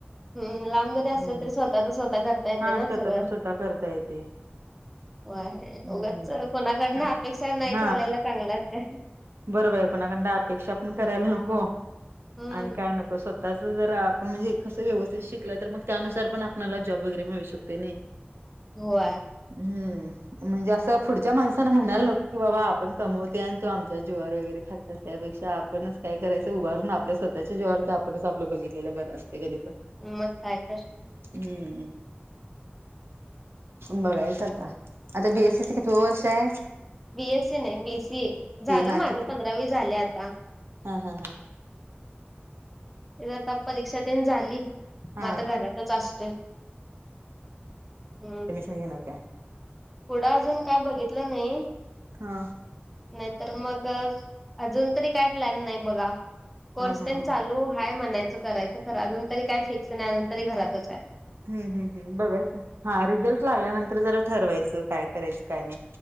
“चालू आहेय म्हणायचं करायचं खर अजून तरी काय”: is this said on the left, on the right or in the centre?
Centre